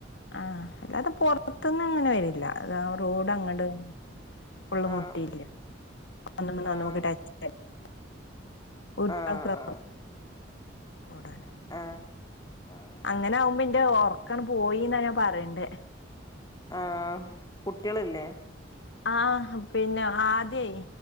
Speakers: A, on the left; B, on the left.
A: ആ അല്ലാതെ പൊറത്ത്ന്ന് അങ്ങനെ വരില്ല അതാ റോഡ് അങ്ങ്ട് ഫുള്ള്
B: ആഹ്
A: മുട്ടിയില്ല <unintelligible>
B: ആഹ്
A: <unintelligible>
B: ആഹ് ആഹ്
A: ഒടനെ
B: ആഹ് ആഹ്
A: അങ്ങനെ ആകുമ്പോന് എന്റെ ഒറക്കണ് പോയിന്നാ ഞാൻ പറയണ്ടേ
B: ആ കുട്ട്യള്ല്ലേ
A: ആഹ് പിന്നെ ആദ്യേ